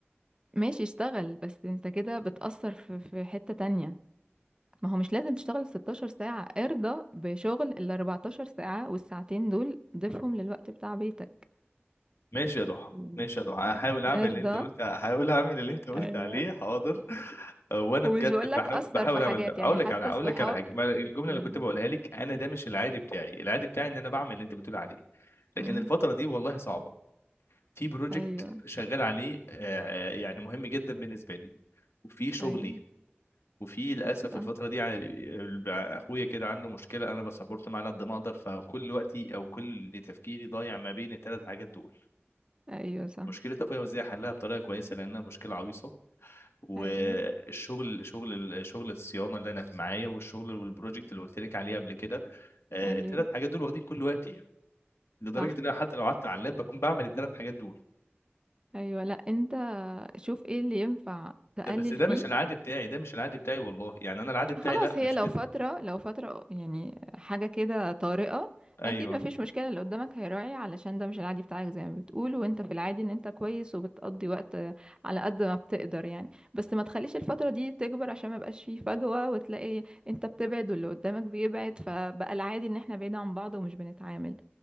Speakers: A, on the right (about 20°); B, on the left (about 85°).
A: ماشي اشتغل بس انت كده بتأثر في في حتة تانية ما هو مش لازم تشتغل 16 ساعة ارضى بشغل ال 14 ساعة والساعتين دول ضيفهم للوقت بتاع بيتك
B: ماشي يا ضحى
A: مم.
B: ماشي يا ضحى هحاول اعمل
A: نرضى
B: اللي انت قلت هحاول اعمل اللي انت قلت
A: ايوه
B: عليه حاضر آه، وانا
A: ومش
B: بجد
A: بقولك
B: بحاول
A: أثر
B: بحاول
A: في حاجات
B: اعمل ده اقول
A: يعني حتى
B: لك على
A: الصحاب
B: اقول لك على حاجه ما الجمله
A: قولي
B: اللي كنت بقولها لك انا ده مش العادي بتاعي العادي بتاعي ان انا بعمل اللي انت بتقول عليه لكن
A: مم.
B: الفتره دي والله صعبه في بروجكت
A: أيوه
B: شغال عليه آه، يعني مهم جدا بالنسبه لي وفي شغلي
A: أيوه
B: وفي للاسف
A: صح
B: الفتره دي ع- اخويا كده عنده مشكله انا بسبورت معاه على قد ما اقدر فكل وقتي او كل تفكيري ضايع ما بين الثلاث حاجات دول
A: أيوه صح
B: مشكله اخويا وازاي احلها بطريقه كويسه لانها مشكله عويصه والشغل
A: أيوه
B: شغل شغل الصيانه اللي انا في معايا والشغل والبروجكت اللي قلت لك عليه قبل كده آه،
A: أيوه
B: الثلاث حاجات دول واخدين كل وقتي يعني. لدرجه
A: صح
B: ان انا حتى لو قعدت على اللاب بكون بعمل الثلاث حاجات دول
A: أيوه لأ أنت شوف ايه اللي ينفع تقلل
B: ده بس ده
A: فيه
B: مش العادي بتاعي ده مش العادي بتاعي والله يعني انا العادي بتاعي
A: خلاص
B: لا
A: هي
B: مش
A: لو
B: كده
A: فترة لو فترة يعني حاجة كده طارئة
B: ايوه
A: أكيد مفيش مشكلة اللي قدامك هيراعي علشان ده مش العادي بتاعك زي ما بتقول وانت في العادي ان انت كويس وبتقضي وقت على قد ما بتقدر يعني بس ما تخليش الفترة دي تكبر عشان ما يبقاش فيه فجوة وتلاقي انت بتبعد واللي قدامك بيبعد فبقى العادي ان احنا بعيد عن بعض ومش بنتعامل